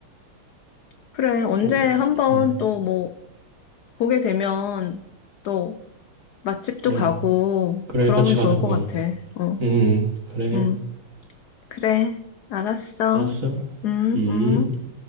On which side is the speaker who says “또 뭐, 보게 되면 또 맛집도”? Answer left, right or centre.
Left